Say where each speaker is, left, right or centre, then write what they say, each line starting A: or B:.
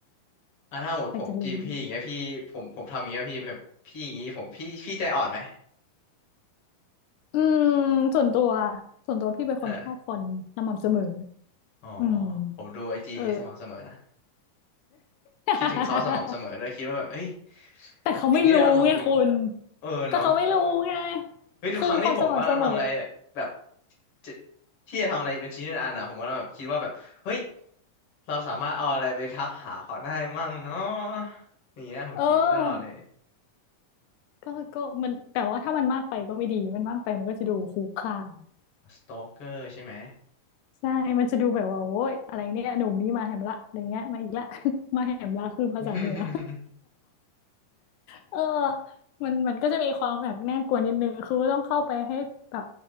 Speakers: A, on the left (about 45°); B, on the left (about 85°).
A: อ่ะถ้าหมดผมจีบพี่อย่างเงี้ยพี่ผมผมทำอย่างเงี้ยพี่แบบพี่อย่างงี้ผมพี่พี่ใจอ่อนไหม
B: ใครจะรู้อืมส่วนตัวส่วนตัวพี่เป็นคนชอบคนสม่ำเสมอ
A: เอออ๋อ
B: อืม
A: ผมดูไอจีสม่ำเสมอนะ
B: เออ <laughs>
A: คิดถึงเขาสม่ำเสมอด้วยคิดว่าแบบเอ้ย
B: แต่เขาไม่รู้ไงคุณ
A: สิ่งที่เราทำอยู่เออเนาะ
B: ก็เขาไม่รู้ไง
A: เฮ้ยทุกครั้งที่ผมกำลังทำอะไร
B: คือความสม่ำเสมอ
A: แบบจะที่จะทำอะไรเป็นชิ้นเป็นอันอ่ะผมก็แบบคิดว่าแบบเฮ้ยเราสามารถเอาอะไรไปทักหาเขาได้มั่งเนาะอย่างเงี้ยผมคิดอย่างนี้ตลอดเลย
B: เออก็ก็มันแต่ว่าถ้ามันมากไปก็ไม่ดี มันมากไปมันก็จะดูคุกคาม
A: สโตเกอร์ใช่ไหม
B: ใช่มันจะดูแบบว่าโอ้ยอะไรเนี่ยหนุ่มนี่มาแหมละอะไรเงี้ยมาอีกละ <laughs> มาแหมละคือภาษาเหนือ
A: <laughs>
B: เออมันมันก็จะมีความแบบน่ากลัวนิดนึง คือต้องเข้าไปให้แบบ